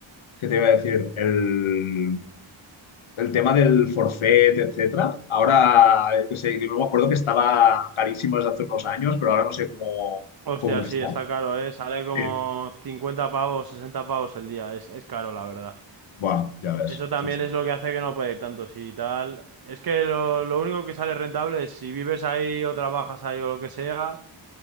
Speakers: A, on the left; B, on the right.
A: ¿qué te iba a decir? El, el tema del forfait, etcétera. Ahora, yo qué sé, yo me acuerdo que estaba carísimo desde hace unos años, pero ahora no sé cómo,
B: Hostia,
A: cómo
B: sí,
A: está.
B: está caro, ¿eh? Sale como
A: Sí.
B: 50 pavos, 60 pavos el día. Es, es caro, la verdad.
A: Bueno, ya ves.
B: Eso también
A: Sí, sí.
B: es lo que hace que no pueda ir tanto, sí, tal. Es que lo, lo único que sale rentable es si vives ahí o trabajas ahí o lo que sea.